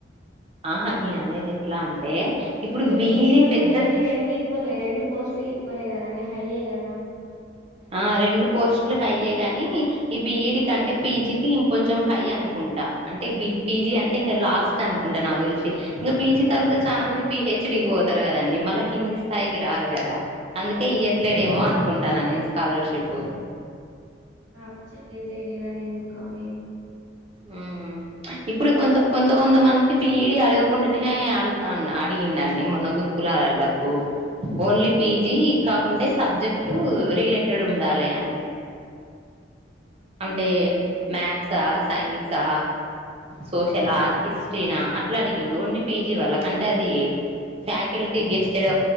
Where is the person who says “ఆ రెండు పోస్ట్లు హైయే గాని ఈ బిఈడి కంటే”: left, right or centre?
Right